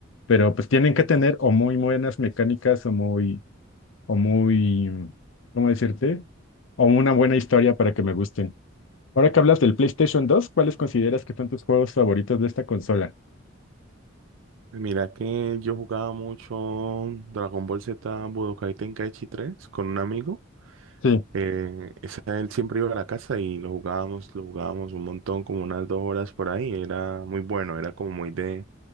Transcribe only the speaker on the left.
pero pues tienen que tener o muy buenas mecánicas o muy, o muy, mm, ¿cómo decirte? O una buena historia para que me gusten. Ahora que hablas del PlayStation dos ¿cuáles consideras que son tus juegos favoritos de esta consola?
Sí,